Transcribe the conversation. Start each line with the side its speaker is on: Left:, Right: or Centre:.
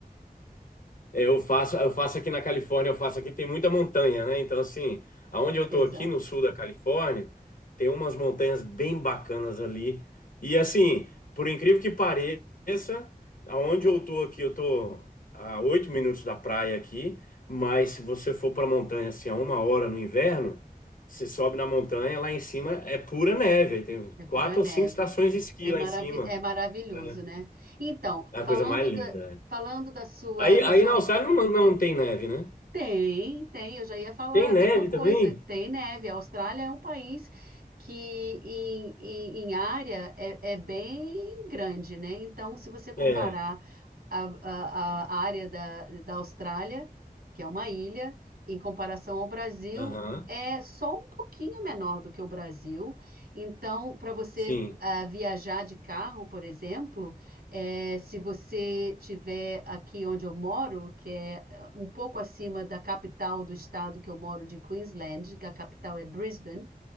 Left: Eu faço, eu faço aqui na Califórnia, eu faço aqui, tem muita montanha, né? Então, assim, aonde eu
Right: Exato.
Left: tô aqui no sul da Califórnia, tem umas montanhas bem bacanas ali. E assim, por incrível que pareça, aonde eu tô aqui, eu tô a oito minutos da praia aqui, mas se você for pra montanha assim, a uma hora no inverno, você sobe na montanha, lá em cima é pura neve. aí Tem
Right: É pura
Left: quatro
Right: neve.
Left: ou cinco estações de esqui
Right: É
Left: lá
Right: maravi
Left: em cima.
Right: é maravilhoso,
Left: né?
Right: né? Então,
Left: É
Right: falando
Left: a coisa mais
Right: da,
Left: linda. né?
Right: falando da sua,
Left: Aí,
Right: da
Left: aí
Right: sua.
Left: na Austrália não, não tem neve, né?
Right: Tem, tem, eu já ia falar
Left: Tem
Right: a
Left: neve
Right: mesma coisa.
Left: também?
Right: Tem neve. A Austrália é um país que, em, em, em área, é, é bem grande, né? Então, se você comparar
Left: É.
Right: a, a, a área da, da Austrália, que é uma ilha, em comparação ao Brasil,
Left: Aham.
Right: é só um pouquinho menor do que o Brasil. Então, para você
Left: Sim.
Right: ah, viajar de carro, por exemplo, eh, se você tiver aqui onde eu moro, que é ah, um pouco acima da capital do estado que eu moro, de Queensland, que a capital é Brisbane.